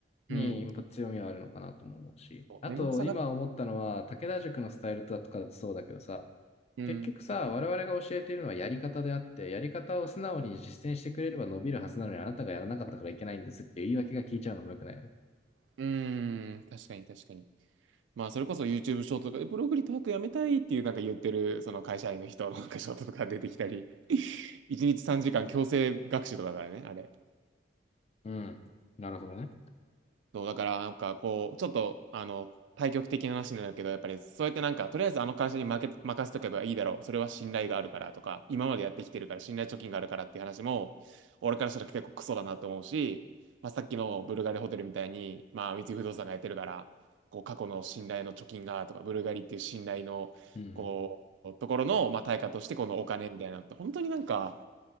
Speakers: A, on the left; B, on the right.
A: に、
B: うん。
A: やっぱ強みはあるのかなとも思うし。
B: そう面倒くさがる。
A: あと、今思ったのは、武田塾のスタイルだとかだとそうだけどさ、
B: うん。
A: 結局さ、我々が教えているのはやり方であって、やり方を素直に実践してくれれば伸びるはずなのに、あなたがやらなかったからいけないんですっていう言い訳が聞いちゃうのも良くないよね。
B: うん。確かに確かに。まあ、それこそ YouTube ショートとかで、ブログリタークやめたいっていうなんか言ってる、その会社員の人のなんかショートとか出てきたり、<laughs> 1日3時間強制学習とかだからね、あれ。
A: うん。なるほどね。
B: そう、だからなんかこう、ちょっと、あの、対極的な話になるけど、やっぱりそうやってなんか、とりあえずあの会社に負け、任せとけばいいだろう。それは信頼があるからとか、今までやってきてるから信頼貯金があるからっていう話も、俺からしたら結構クソだなと思うし、まあ、さっきのブルガリホテルみたいに、まあ、三井不動産がやってるから、こう、過去の信頼の貯金がとか、ブルガリっていう信頼の、
A: うんうん
B: こう、ところの、まあ、対価としてこのお金みたいなのって、本当になんか、